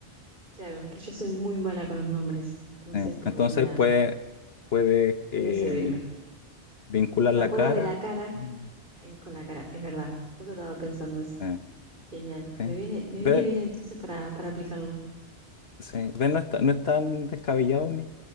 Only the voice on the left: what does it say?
Eh,
entonces puede, puede
em, vincular
la
cara.
Mm.
eh,
sí.
Ve,
sí, ve, no está, no es tan descabellado mi,